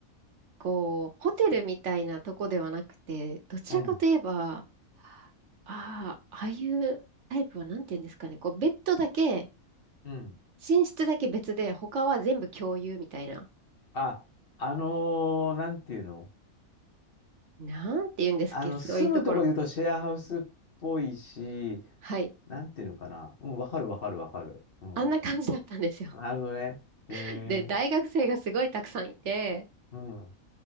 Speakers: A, on the right; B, on the left.
A: こう、ホテルみたいなとこではなくて、どちらかといえば、
B: うん。
A: ああ、ああいうタイプはなんて言うんですかね。こう、ベッドだけ、
B: うん
A: 寝室だけ別で、他は全部共有みたいな。
B: あ、あのーなんていうの
A: なんて言うんですっけ、
B: あの、
A: そういうところ。
B: 住むとこで言うとシェアハウスっぽいし、
A: はい。
B: なんていうのかな。うん、わかるわかるわかる。うん。
A: あんな感じだったんですよ。
B: なるほどね。え
A: <laughs> で、大学生がすごいたくさんいて、
B: ー、うん。